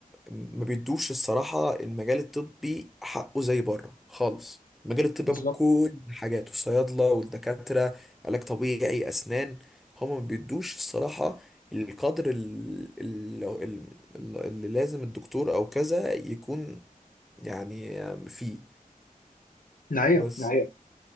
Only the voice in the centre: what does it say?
ما بيدوش الصراحة المجال الطبي حقه زي بره خالص المجال الطبي
بقى بكل حاجاته الصيادلة والدكاترة علاج طبيعي أسنان هما ما بيدوش الصراحة القدر ال- ال- ال- ال- اللي لازم الدكتور أو كذا يكون يعني فيه
بس